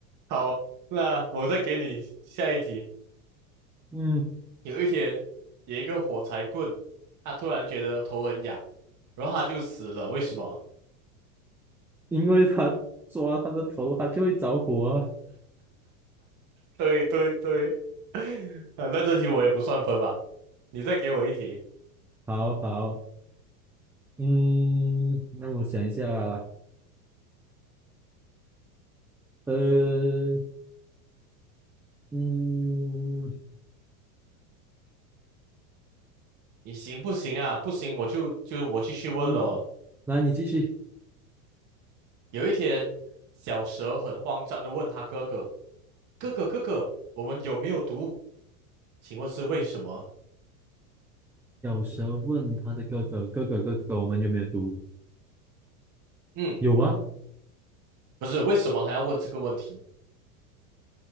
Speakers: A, on the right (about 40°); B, in the centre.
A: 好，那我再给你下一题。
B: 嗯，
A: 有一天，有一个火柴棍，他突然觉得头很痒，然后他就死了。为什么？
B: 因为他抓他的头，他就会着火啊
A: 对对对，<laughs> 啊，那这题我也不算分吧？你再给我一题，
B: 好好，嗯，那我想一下啊，呃，嗯
A: 你行不行啊？不行，我就就我继续问了。
B: 嗯，来，你继续。
A: 有一天，小蛇很慌张的问他哥哥：“哥哥，哥哥，我们有没有毒？请问是为什么？”
B: 小候问他的哥哥：“哥哥，哥哥，我们有没有毒？”
A: 嗯，
B: 有啊，
A: 不是，为什么他要问这个问题？